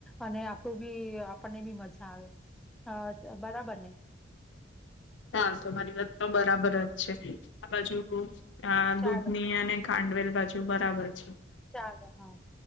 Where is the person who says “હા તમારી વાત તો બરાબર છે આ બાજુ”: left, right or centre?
Left